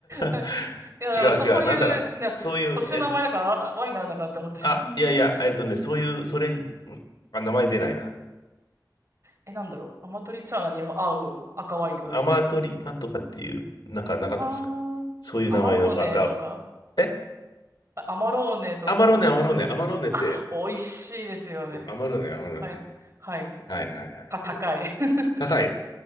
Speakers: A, on the right (about 40°); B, on the left (about 80°).
A: は、
B: <laughs>
A: いや、だからそ、
B: 違う違う、
A: そういう、
B: なんだか、
A: ね、ち土地の名前だからあワインがあるのかなって思ってしまう。
B: そういう、えっと、あ、いやいや、えっとね、
A: <laughs>
B: そういう、それに、あ、名前出ないな。
A: え、なんだろう。アマトリチャーナに合う赤ワインってことですか
B: アマトリなんとかっていう、なんかなかったですか
A: ああアマローネとか、
B: そういう名前の赤、え
A: あアマローネとか、
B: アマローネ、アマローネ、
A: そういう、
B: アマローネって、
A: 美味しいですよね。
B: うんアマローネ、アマローネ。
A: はい。はい。
B: はいはいはい。
A: た、高い。
B: そう
A: <laughs>
B: 高い。